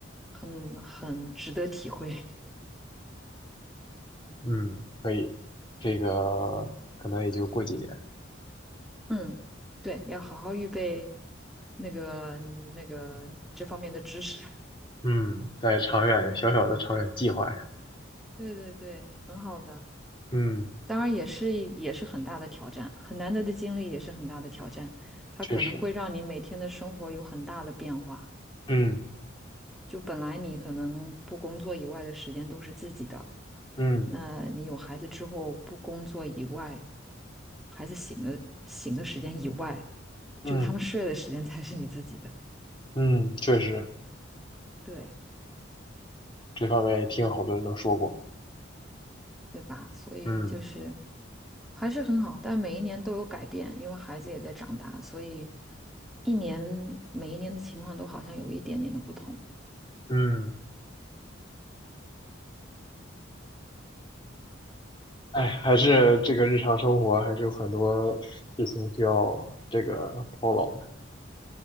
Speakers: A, in the centre; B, on the left (about 25°).
A: 很很值得体会。
B: 嗯，可以，这个可能也就过几年。
A: <laughs> 嗯，对，要好好预备那个那个这方面的知识。
B: 嗯，在长远小小的长远计划上，
A: <laughs> 对对对，很好的。
B: 嗯，
A: 当然也是也是很大的挑战，很难得的经历也是很大的挑战。它可能会让你每天的生活有很大的变化。
B: 确实，嗯
A: 就本来你可能不工作以外的时间都是自己的，
B: 嗯
A: 那你有孩子之后，不工作以外，孩子醒的醒的时间以外，
B: 嗯
A: 就他们睡的时间才是你自己的。
B: 嗯，确实，
A: 对。
B: 这方面也听好多人都说过，
A: 对吧？所以就是
B: 嗯
A: 还是很好，但每一年都有改变，因为孩子也在长大，所以一年每一年的情况都好像有一点点的不同。
B: 嗯，哎，还是这个日常生活还是有很多事情需要这个操劳的，